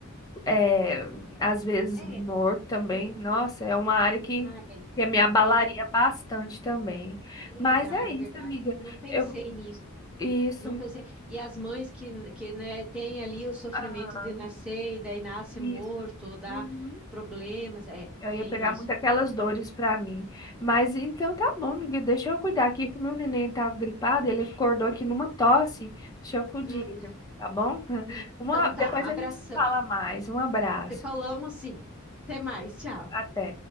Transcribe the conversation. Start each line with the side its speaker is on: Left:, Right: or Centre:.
Left: é, às vezes
Centre: É,
Left: morto também.
Centre: é.
Left: Nossa, é uma área que,
Centre: Ah, é.
Left: que me abalaria
Centre: Bem,
Left: bastante também. Mas
Centre: verdade,
Left: é isso,
Centre: verdade.
Left: amiga.
Centre: Não pensei
Left: Eu,
Centre: nisso.
Left: isso,
Centre: Não pensei. E as mães que, que né, têm ali o sofrimento
Left: ah,
Centre: de nascer e daí nasce
Left: isso.
Centre: morto, ou dá
Left: Uhum.
Centre: problemas. É,
Left: Eu ia
Centre: tem
Left: pegar
Centre: isso.
Left: muito aquelas dores pra mim. Mas então tá bom, amiga. Deixa eu cuidar aqui, que o meu neném tá gripado. Ele acordou aqui numa tosse. Deixa eu cuidar,
Centre: Ah,
Left: ele,
Centre: tá.
Left: tá bom? <laughs>
Centre: Hum,
Left: Uma,
Centre: Então
Left: depois
Centre: tá, abração.
Left: a gente se fala mais. Um abraço.
Centre: Te falamos sim. Até mais, tchau.
Left: Até.